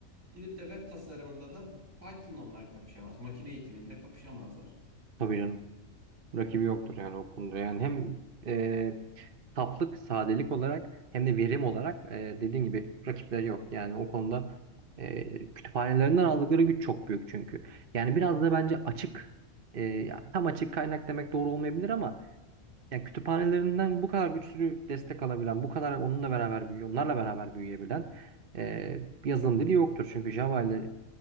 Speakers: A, on the right; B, on the right.
A: Gidip de web tasarımında da Python'la onlar kapışamaz. Makine eğitiminde kapışamazlar.
B: Tabii canım. Rakibi yoktur yani o konuda. Yani hem e, saflık, sadelik olarak hem de verim olarak e, dediğin gibi rakipleri yok. Yani o konuda e, kütüphanelerinden aldıkları güç çok büyük çünkü. Yani biraz da bence açık e, ya tam açık kaynak demek doğru olmayabilir ama Ya kütüphanelerinden bu kadar güçlü destek alabilen, bu kadar onunla beraber büyüyor, onlarla beraber büyüyebilen e, bir yazılım dili yoktur. Çünkü Java ile